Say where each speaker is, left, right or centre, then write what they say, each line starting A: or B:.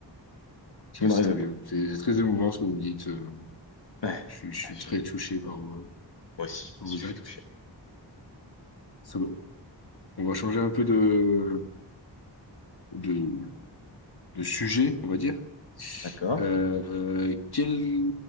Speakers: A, on the left; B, on the left.
A: c'est
B: Vous ne rêvez
A: très
B: pas.
A: bien. C'est très émouvant ce que vous me dites. euh,
B: Ouais.
A: Je, suis je
B: Ah,
A: suis
B: je-
A: très touché par, vos-
B: Moi aussi, moi
A: par
B: aussi,
A: vos
B: je
A: actes.
B: suis touché.
A: Ça va. On va changer un peu de, de, de sujets, on va dire.
B: D'accord.
A: Euh, quels